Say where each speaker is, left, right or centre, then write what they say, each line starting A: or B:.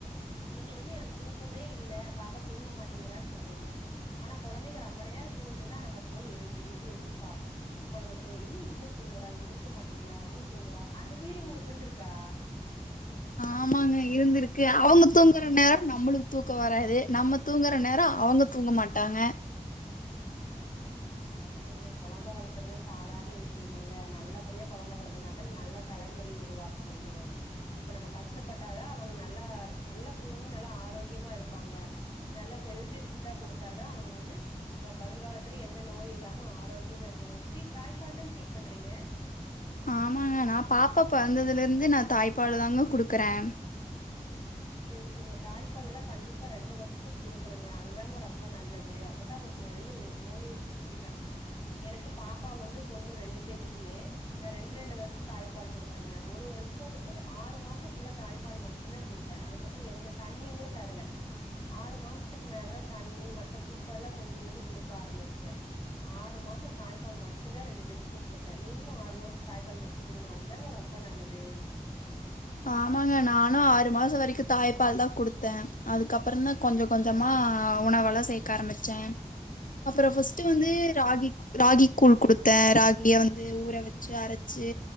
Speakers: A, on the left; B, on the left.
A: நீங்க வந்து எனக்கு தூக்கமே இல்ல பாப்பா தூங்க மாட்டிங்கறான் சொல்றீங்க அனா கொழந்தைக ரம் ரொம்ப நேரோ தூங்கிட்ருந்தா நம்ம போய் எழு எழுப்பி எழுப்பி பாப்போ கொழந்த தூங் என்ன இன்னு தூங்கறா எந்திரிக்க மாட்டிங்கறா உன்னு தூங்கறா அந்த பீலிங் உங்களுக்கு இருந்துருக்கா
B: ஆமாங்க இருந்திருக்கு அவுங்க தூங்கற நேரோ நம்மளுக்கு தூக்கோ வராது நம்ம தூங்கற நேரோ அவங்க தூங்க மாட்டாங்க
A: ஆமாங்க கொழந்த வளத்தரது சாதாரண விசியமாங்க நல்லபடியா கொழந்த வளத்துனாத்தன் நல்ல தலைமுறை உருவாக்க முடியு இப்ப நம்ம கஷ்டப்பட்டாதா அவங்க நல்லா நல்லா தூங்கி நல்லா ஆரோக்கியமா இருப்பாங்க நல்லா ஹெல்தி ஃபுட்டா குடுத்தாதா அவங்க வந்து அ வருங்காலத்துல எந் த நோய் இல்லாம ஆரோக்கியமா இருக்கு <unintelligible> தாய்ப்பால் தான் ஃபீட் பண்றீங்க
B: ஆமாங்க நா பாப்பா பொறந்ததுலருந்து நா தாய்ப்பாலு தாங்க குடுக்கறே
A: சேரி சிங்க தாய்ப்பாலெல்லா கண்டிப்பா ரெண்டு வருஸ்த்துக்கு குடுக்கணுங்க அதுதாங்க ரொம்ப நல்லது அப்பதா உங்களுக்கு நறைய நோயெதிர்ப்பு சக்தி கெடைக்கு எனக்கு பாப்பா ஒண்ணு பொண்ணு ரெண்டு பேர்த்துக்குமே நா ரெண்டு ரெண்டு வருஷ தாய்ப்பால் குடுத்தங்க ஒரு வருஷ ஒரு ஆறு மாசோ ஃபுல்லா தாய்ப்பால் மட்டுந்தா குடுத் த அதுக்கப்பறோ எந்த தண்ணியூ கூட தரல ஆறு மாசத்துக்கு மேலதா தண்ணீ மத்த ஃபுட் அல்லா கொஞ்ச கொஞ்ச குடுக்க ஆரம்பிச்டே ஆறு மாசோ தாய்பால் மட்டுந்தா ரெண்டு பேர்த்துக்கு குடுத்த நீங்களு ஆறு மாசோ தாய்ப்பால் மட்டு குடுங்க அதுதாங்க ரொம்ப நல்லது
B: ஆமாங்க நானு ஆறு மாசோ வரைக்கு தாய்பால் தா குடுத்த அதுக்கப்பறோ தா கொஞ்ச கொஞ்சமா உணவல்லா சேக்க ஆரம்பிச்ச அப்பறோ ஃபஸ் ட்டு வந்து
A: இப்ப
B: ராகிக் ராகி கூழ் குடுத்த ராகிய வந்து ஊற வெச்சு அரச்சு